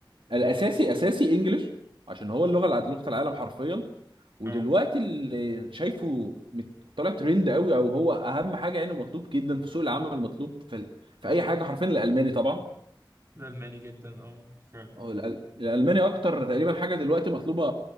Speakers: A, on the right (about 85°); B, on the right (about 30°).
A: الاساسي اساسي انجلش عشان هو اللغه الع- لغه العالم حرفيا ودلوقتي
B: أه
A: اللي شايفه مت- طالع ترند قوي او هو اهم حاجه يعني مطلوب جدا في سوق العمل مطلوب في في اي حاجه حرفيا الالماني طبعا
B: الألماني جدا أه فعلا
A: هو الأل- الالماني اكتر تقريبا حاجه دلوقتي مطلوبه